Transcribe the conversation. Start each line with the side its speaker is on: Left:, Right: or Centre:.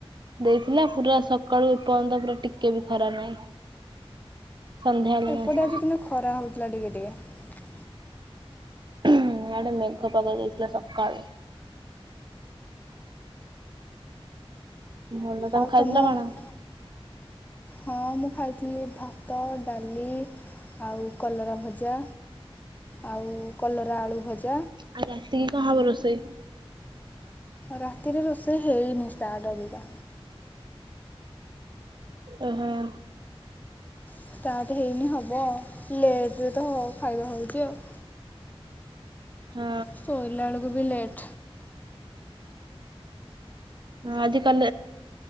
Right: ଦେଇଥିଲା ପୁରା ସକାଳୁ ଏ ପର୍ଯ୍ୟନ୍ତ ପୁରା ଟିକେ ବି ଖରା ନାହିଁ। ସନ୍ଧ୍ୟା ହେଲାଣି
Left: ଏପଟେ
Right: ଆସି
Left: ଆଜି କିନ୍ତୁ ଖରା ହଉଥିଲା ଟିକେ ଟିକେ।
Right: ଇଆଡ଼େ ମେଘ ପାକ ଦେଇାଇଥିଲା ସକାଳୁ। ଭଲ ତମେ
Left: ଆଉ
Right: ଖାଇଥିଲ
Left: ତମ
Right: କଣ?
Left: ହଁ ମୁଁ ଖାଇଛି। ଖାଇଥିଲି ଭାତ, ଡାଲି। ଆଉ କଲରା ଭଜା ଆଉ କଲରା ଆଳୁ ଭଜା।
Right: ଆଜି ରାତି କି କଣ ହବ ରୋଷେଇ?
Left: ରାତିରେ ରୋଷେଇ ସେ ହେଇନି ଷ୍ଟାଟ୍ ଅବିକା।
Right: ଓଃହୋ।
Left: ଷ୍ଟାଟ୍ ହେଇନି ହବ ଲେଟ୍। ଏବେ ତ ହ ଖାଇବା ହେଉଛି ଆଉ।
Right: ହଁ।
Left: ଶୋଇଲା ବେଳକୁ ବି ଲେଟ୍।
Right: ହଁ ଆଜିିକା